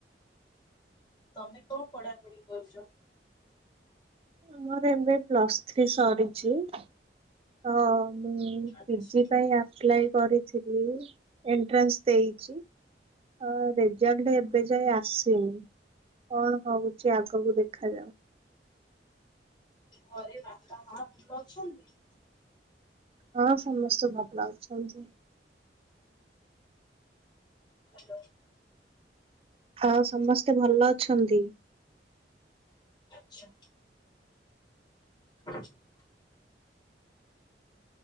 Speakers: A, on the left (about 25°); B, on the right (about 35°).
A: ତମେ କଣ ପଢାପଢି କରୁଛ
B: ଆମର ଏବେ ପ୍ଲସ୍ ଥ୍ରୀ ସରିଛି ତ ମୁଁ
A: ଆଚ୍ଛା
B: ପିଜି ପାଇଁ ଆପ୍ଲାଏ କରିଥିଲି ଏଣ୍ଟ୍ରାନ୍ସ ଦେଇଛି ହଁ ରେଜଲ୍ଟ ଏବେ ଯାଇ ଆସିନି କଣ ହଉଛି ଆଗକୁ ଦେଖାାଯାଉ
A: ଘରେ ବାପା ମା ଭୁଲ ଅଛନ୍ତି
B: ହଁ ସମସ୍ତେ ଭଲ ଲଉଛନ୍ତି
A: ଆଚ୍ା <inaudible>
B: ହଁ ସମସ୍ତେ ଭଲ ଅଛନ୍ତି
A: ଆଛାା ହ